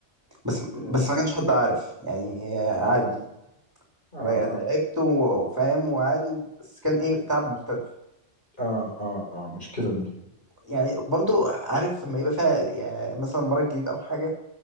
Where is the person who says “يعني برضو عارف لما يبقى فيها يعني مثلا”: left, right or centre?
Right